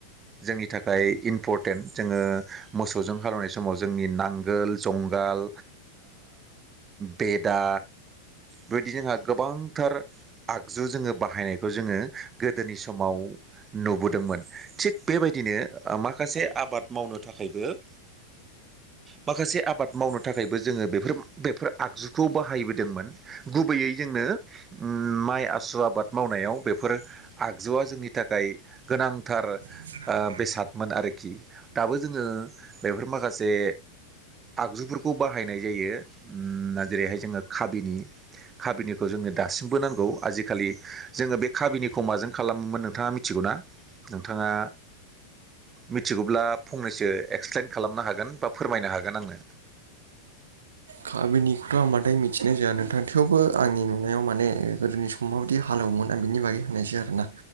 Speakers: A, on the right; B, on the right.
A: जोंनि थाखाय इम्परटेन्ट जोङो मोसौजों हालौनाय समाव जोंनि नांगोल जुंगाल बेदा बेबायदि जोंहा गोबांथार आगजु जोङो बाहायनायखौ जोङो गोदोनि समाव नुबोदोंमोन थिग बेबायदिनो माखासे आबाद मावनो थाखायबो <inaudible> माखासे आबाद मावनो थाखायबो जोङो बेफोर बेफोर आगजुखौ बाहायबोदोंमोन गुबैयै जोंनो माइ आसु आबाद मावनायाव बेफोर आगजुआ जोंनि थाखाय गोनांथार
B: जोन <inaudible>
A: बेसादमोन आरोखि दाबो जोङो बेफोर माखासे आगजुफोरखौ बाहायनाय जायोा जेरैहाय जोङो काबिनि खाबिनिखौ जोंनो दासिमबो नांगौ आजिखालि जोङो बे खाबिनिखौ माजों खालामोमोन नोंथाङा मिथि थिगौना नोंथाङा मिथिगौब्ला फंनैसो एक्सप्लेन खालामनो हागोन बा फोरमायनो हागोन आंनो
B: गामिनिखौथ' आं माद्राय मिथिनाय जाया नोंथांथिवबो आंनि नुनायाव माने गोदोनि सम माबायदि हालेवोमा बिनि बागै होननायसै आरोना